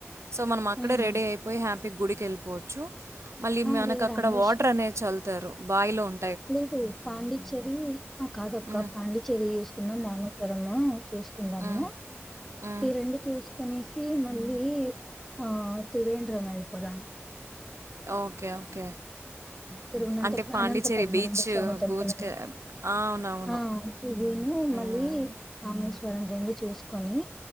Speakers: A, on the right; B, in the centre.
A: సో మనం మ. ఇక్కడె
B: హ్మ్.
A: రెడీఐపోయి హ్యా. పిగ్ గుడికెళ్ళిపోవచ్చు. మళ్ళీ మెనక
B: అదే
A: అక్కడ
B: రామేశ్వరం
A: వాటర్ అనేది చల్తారు. బాయిలోన్.
B: లేదు పాండిచేర్రీ అ కాదక్క
A: హ్మ్.
B: పాండిచేర్రి చూసుకుందాం రామాపురమూ. చూసుకుందామూ
A: హ్మ్. హ్మ్.
B: ఈ రెండు చూస్. కనిసి మళ్ళీ ఆ త్రివేంద్రం ఎళ్ళిపోదాం.
A: Okay okay.
B: తిరుగునంతపు
A: అంటే పాండిచ్చేరి
B: అనంత పద్మ
A: బీచ్,
B: నంద స్వామి టెంపుల్
A: బూచ్‌కే అవునవును.
B: ఆ నేను
A: హ్మ్.
B: మళ్ళీ రామేశ్వ. మనం రెండు చూసుకొని.